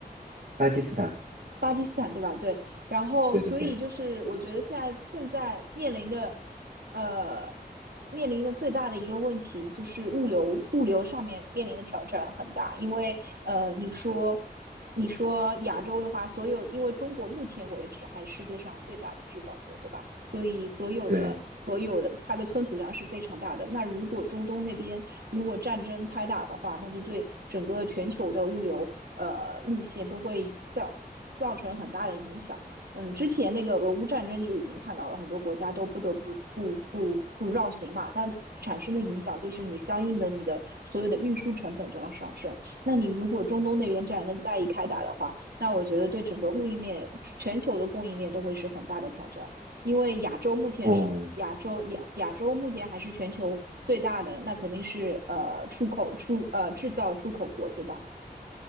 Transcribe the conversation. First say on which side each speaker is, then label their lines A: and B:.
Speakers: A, on the right; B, on the right.
A: 巴基斯坦，
B: 巴基斯坦对吧？对，然后所以就是我觉得现在现在面临的，
A: 对对对
B: 呃，面临的最大的一个问题就是物流物流上面面临的挑战很大，因为呃，你说你说亚洲的话，所有因为中国目前为止还是世界上最大的制造国，对吧？所以所有的所有的它的吞吐量是非常大的。
A: 对，
B: 那如果中东那边如果战争开打的话，那就对整个全球的物流呃路线都会造造成很大的影响。嗯，之前那个俄乌战争就已经看到了，很多国家都不得不不不不绕行嘛。那产生的影响就是你相应的你的所有的运输成本都要上升。那你如果中东那边战争再一开打的话，那我觉得对整个供应链、全球的供应链都会是很大的挑战。因为亚洲目前是亚洲亚亚洲目前还是全球最大的，
A: 哦，
B: 那肯定是呃出口出呃制造出口国，对吧？